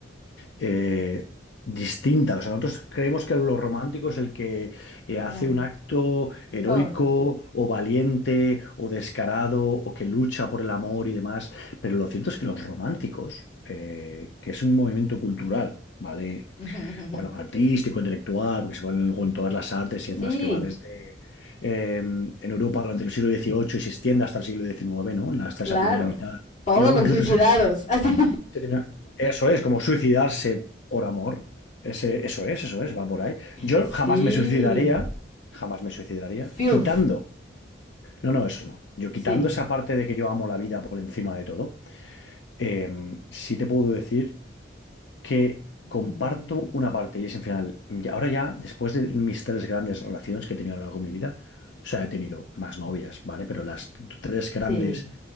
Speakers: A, on the left (about 70°); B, on the left (about 40°).
A: eh, distinta. O sea, nosotros creemos que lo romántico es el que eh,
B: No,
A: hace un acto heroico
B: no, no, no.
A: o valiente o descarado o que lucha por el amor y demás. Pero lo cierto es que los románticos, eh, que es un movimiento cultural, ¿vale?
B: <laughs> Ujú, ujú.
A: Bueno, artístico, intelectual, porque se ponen luego en todas las artes
B: Sí,
A: y demás, que va desde... eh, en Europa durante el siglo XVIII y se extiende hasta el siglo XIX, ¿no? Hasta
B: claro.
A: esa primera mitad.
B: Todos
A: Y luego
B: los
A: incluso
B: suicidados. <laughs> Así.
A: se termina- Eso es, como suicidarse por amor. Ese, eso es, eso es, va por ahí. Yo
B: Sí.
A: jamás me suicidaría, jamás me suicidaría,
B: Fiuf.
A: quitando. No, no, eso no. Yo quitando
B: Sí.
A: esa parte de que yo amo la vida por encima de todo, em, sí te puedo decir que comparto
B: Mm,
A: una parte y es en final. y Ahora ya, después de mis tres grandes relaciones que he tenido a lo largo de mi vida, o sea, he tenido más novias, ¿vale? Pero las tres grandes
B: Sí.